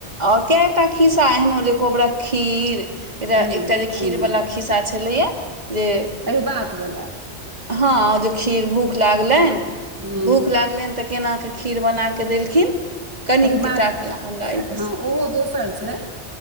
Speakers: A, on the right; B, on the right.
A: आओर कैटा खिस्सा एहनो जे कोबरा खीर एकटा
B: हूं
A: एकटा जे खीर
B: हूं
A: वाला खिस्सा छलेया जे
B: एहिबात बला
A: हँ जे खीर भूख लागलनि
B: हूं
A: भूख लागलनि तऽ केना के खीर बना कऽ देलखिन कनिक
B: एहि
A: केटाक
B: बात
A: यऽ हमरा एहि पर
B: हँ ओहो दोसर छै